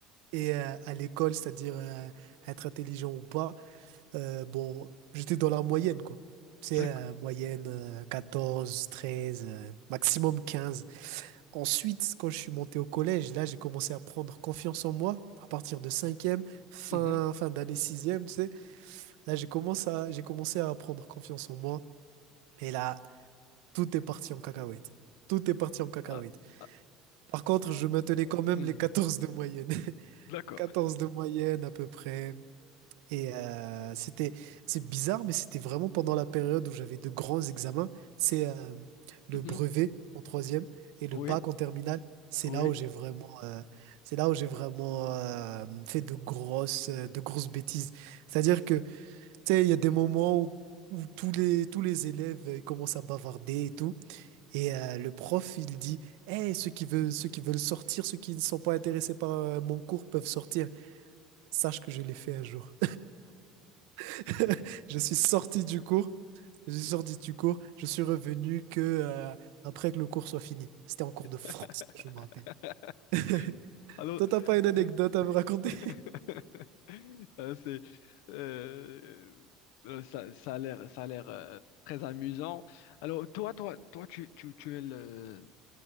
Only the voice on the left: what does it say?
d'accord
Mhm.
Ah, ah,
ah,
hmm.
d'accord
Mhm.
oui
oui
<laughs>
Alors,
euh,
<laughs> euh, c'est, euh, euh, ça, ça a l'air, ça a l'air euh, très amusant. Alors, toi, toi, toi, tu, tu, tu es le,